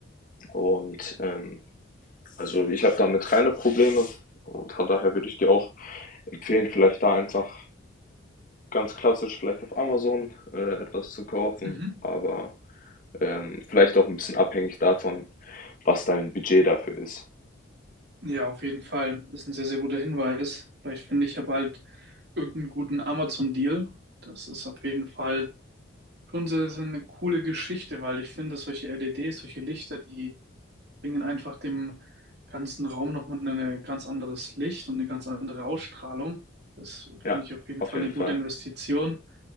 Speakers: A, on the left; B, on the right.
A: und, ähm, also ich habe damit keine Probleme und von daher würde ich dir auch empfehlen, vielleicht da einfach ganz klassisch vielleicht auf Amazon äh, etwas zu kaufen,
B: Mhm.
A: aber ähm, vielleicht auch ein bisschen abhängig davon, was dein Budget dafür ist.
B: Ja, auf jeden Fall. Das ist ein sehr, sehr guter Hinweis. Vielleicht finde ich ja bald irgendeinen guten Amazon-Deal. Das ist auf jeden Fall schon sehr, sehr eine coole Geschichte, weil ich finde, solche LEDs, solche Lichter, die bringen einfach dem ganzen Raum nochmal ein ganz anderes Licht und eine ganz andere Ausstrahlung. Das
A: Ja,
B: finde ich auf jeden
A: auf
B: Fall
A: jeden
B: eine
A: Fall.
B: gute Investition.